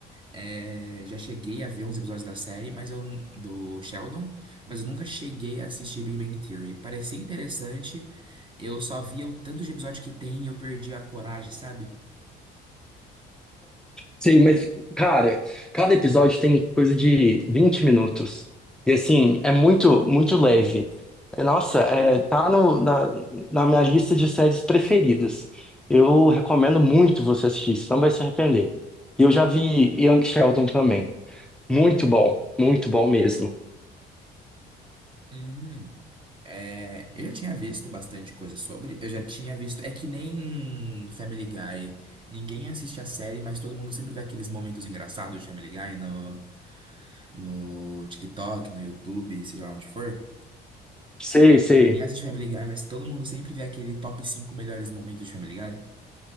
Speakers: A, on the right; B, in the centre.
A: É, já cheguei a ver uns episódios da série, mas eu, do Sheldon, mas eu nunca cheguei a assistir Big Bang Theory. Parecia interessante, eu só via o tanto de episódio que tem e eu perdi a coragem, sabe?
B: Sim, mas, cara, cada episódio tem coisa de 20 minutos. E, assim, é muito, muito leve. É, Nossa, é, tá no, na, na minha lista de séries preferidas. Eu recomendo muito você assistir, você não vai se arrepender. E eu já vi Young Sheldon também. Muito bom, muito bom mesmo.
A: Hum. É, eu já tinha visto bastante coisa sobre, eu já tinha visto. É que nem Family Guy. Ninguém assiste a série, mas todo mundo sempre vê aqueles momentos engraçados de Family Guy no, no TikTok, no YouTube, seja lá onde for.
B: Sei, sei.
A: Ninguém assiste Family Guy, mas todo mundo sempre vê aquele top 5 melhores momentos de Family Guy.